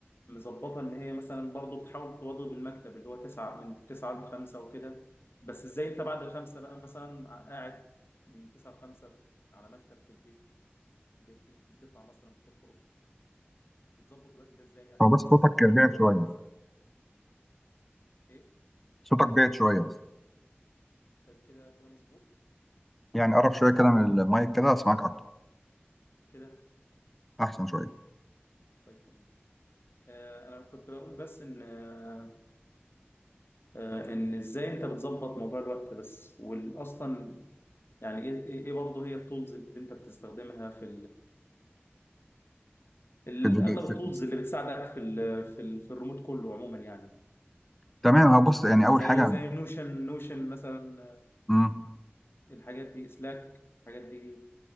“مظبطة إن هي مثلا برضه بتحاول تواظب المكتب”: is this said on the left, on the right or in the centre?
Left